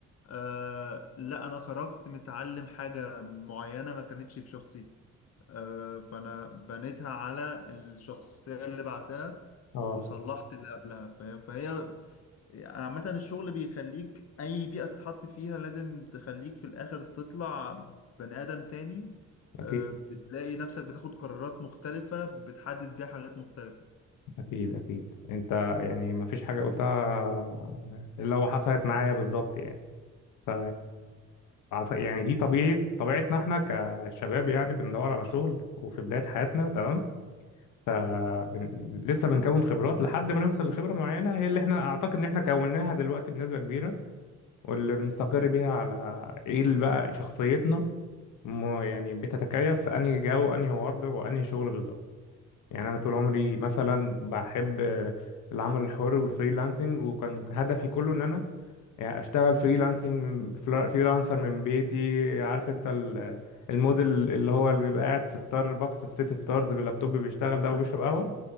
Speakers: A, on the left (about 55°); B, on the left (about 85°).
A: آه لا انا خرجت متعلم حاجة معينة ما كانتش في شخصيتي آه فانا بنيتها على الشخصية اللي بعدها
B: اه
A: وصلحت اللي قبلها فاهم فهي عامة الشغل بيخليك اي بيئة تتحط فيها لازم تخليك في الاخر تطلع بني ادم تاني
B: أكيد
A: آه بتلاقي نفسك بتاخد قرارات مختلفة بتحدد بيها حاجات مختلفة
B: أكيد أكيد أنت يعني مفيش حاجة قلتها إلا وحصلت معايا بالظبط يعني ف يعني دي طبيعة طبيعتنا احنا كشباب يعني بندور على شغل وفي بداية حياتنا تمام فبن... لسه بنكون خبرات لحد ما نوصل لخبرة معينة هي اللي احنا اعتقد ان احنا كوناها دلوقتي بنسبة كبيرة واللي بنستقر بيها على ايه اللي بقى شخصيتنا م... يعني بتتكيف في انهي جو وانهي وضع وانهي شغل بالظبط يعني انا طول عمري مثلا بحب العمل الحر والفريلانسنج وكان هدفي كله ان انا يعني اشتغل فريلانسنج من فلا- فريلانسر من بيتي عارف انت ال- الموديل اللي هو اللي بيبقى قاعد في ستاربكس في سيتي ستارز باللابتوب بيشتغل ده
A: <laughs>
B: وبيشرب قهوة